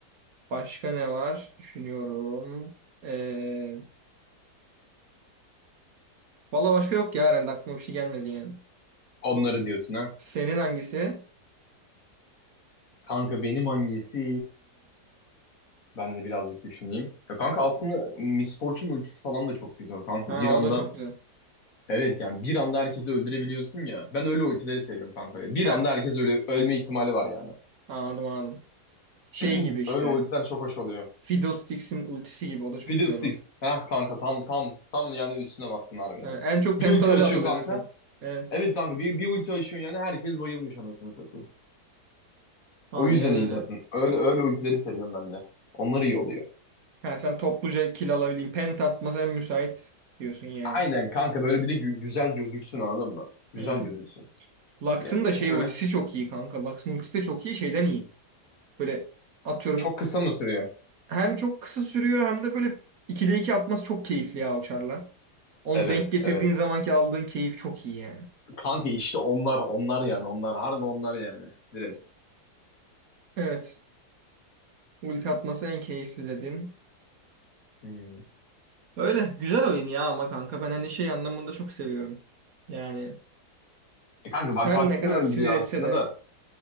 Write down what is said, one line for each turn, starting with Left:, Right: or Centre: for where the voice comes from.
Right: Başka ne var? Düşünüyorum. Ee, Valla başka yok ya herhalde aklıma bir şey gelmedi yani.
Left: Onları diyorsun ha.
Right: Senin hangisi?
Left: Kanka benim hangisi? Ben de birazcık düşüneyim. Ya kanka aslında Miss Fortune ultisi falan da çok güzel kanka.
Right: Ha
Left: Bir anda
Right: o da çok güzel.
Left: evet yani bir anda herkesi öldürebiliyorsun ya. Ben öyle ultileri seviyorum kanka. Bir
Right: Ha
Left: anda herkes öyle ölme ihtimali var yani.
Right: anladım anladım.
Left: <clears throat>
Right: Şey gibi işte.
Left: Öyle ultiler çok hoş oluyor.
Right: Fiddlesticks'in ultisi gibi o da çok
Left: Fiddlesticks.
Right: güzel bak.
Left: ha kanka tam tam tam yani üstüne bassın harbi
Right: Ha,
Left: yani.
Right: en çok
Left: Bir
Right: penta
Left: ulti
Right: öyle
Left: açıyor
Right: atılıyor
Left: kanka.
Right: zaten. Evet.
Left: Evet kanka bir, bir ulti açıyor yani herkes bayılmış anasını satayım.
Right: Aynen
Left: O yüzden
Right: öyle.
Left: iyi zaten. Öyle öyle ultileri seviyorum ben de. Onlar iyi oluyor.
Right: Ha, sen topluca kill alabilin. Penta atması en müsait diyorsun yani.
Left: Aynen kanka böyle bir de gü- güzel gözüksün anladın mı? Güzel
Right: Hı.
Left: gözüksün.
Right: Lux'ın
Left: Yani
Right: da
Left: böyle
Right: şey ultisi çok iyi kanka. Lux'ın ultisi de çok iyi şeyden iyi. Böyle atıyorum
Left: çok kısa mı sürüyor?
Right: hem çok kısa sürüyor hem de böyle 2'de 2 atması çok keyifli ya o charla. Onu
Left: Evet
Right: denk getirdiğin
Left: evet.
Right: zamanki aldığın keyif çok iyi yani.
Left: Kanka işte onlar onlar yani onlar harbi onlar yani direkt.
Right: Evet. Ulti atması en keyifli dedin.
Left: Hmm.
Right: Öyle. Güzel oyun ya ama kanka ben hani şey anlamında çok seviyorum. Yani
Left: E kanka
Right: sen
Left: bak baktığını
Right: ne kadar
Left: öldürüyor
Right: sinir etse
Left: aslında
Right: de.
Left: da.